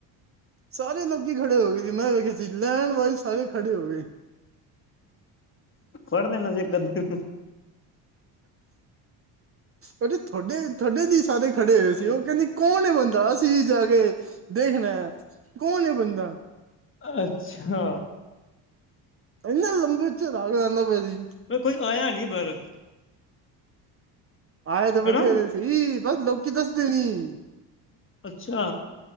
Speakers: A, on the right (about 30°); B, on the left (about 25°).
A: ਸਾਰੇ ਲੋਕੀ ਖੜੇ ਹੋ ਗਏ ਸੀ, ਮੈਂ ਵੇਖਿਆ ਸੀ, ਲੈਣ ਵਾਲੇ ਸਾਰੇ ਖੜੇ ਹੋ ਗਏ।
B: ਵਡ ਦੇਣਾ ਸੀ, ਇੱਕ ਅੱਧ ਨੂੰ।
A: ਉਹ ਤੁਹਾਡੇ, ਤੁਹਾਡੇ ਦੀ ਸਾਰੇ ਖੜੇ ਹੋਏ
B: ਨੂੰ
A: ਸੀ। ਉਹ ਕਹਿੰਦੀ ਕੌਣ ਬੰਦਾ, ਅਸੀ ਜਾ ਕੇ ਦੇਖਣਾ ਹੈ, ਕੌਣ ਬੰਦਾ
B: ਅੱਛਾ!
A: ਇਹਨ ਲੰਬੇ ੳਚੇ, ਰਾਗ ਲੈਂਦਾ ਪਿਆ ਸੀ।
B: ਮੈਂ ਕੋਈ ਆਇਆ ਨਹੀਂ, ਪਰ
A: ਆਏ ਤਾਂ ਬਥੇਰੇ
B: ਹਨਾ
A: ਸੀ, ਬਸ ਲੋਕੀ ਦੱਸਦੇ ਨੀ।
B: ਅੱਛਾ!